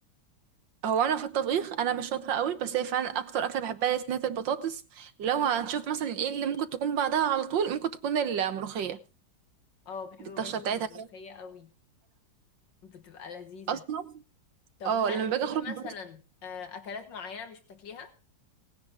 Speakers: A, on the right (about 80°); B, on the left (about 75°).
A: هو انا في الطبيخ انا مش شاطرة قوي بس هي فعلا اكتر اكلة بحبها هي صينية البطاطس لو هنشوف مثلا ايه اللي ممكن تكون بعدها على طول ممكن تكون الملوخية
B: اه بحب
A: بالطشة
B: برضو
A: بتاعتها
B: الملوخية قوي بتبقى لذيذة
A: اصلا
B: طب
A: اه
B: هل
A: لما باجي
B: في
A: اخرج بره
B: مثلا آه، أكلات معينة مش بتاكليها؟